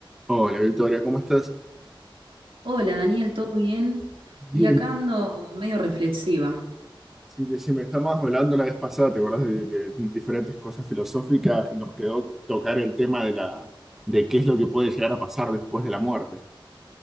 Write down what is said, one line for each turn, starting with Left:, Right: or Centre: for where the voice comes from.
Centre: Hola Victoria, ¿cómo estás?
Right: Hola Daniel, ¿todo bien? Y
Centre: Bien,
Right: acá ando medio reflexiva.
Centre: sí, decime, estábamos hablando la vez pasada, ¿te acuerdas de, de diferentes cosas filosóficas? Nos quedó tocar el tema de la, de qué es lo que puede llegar a pasar después de la muerte.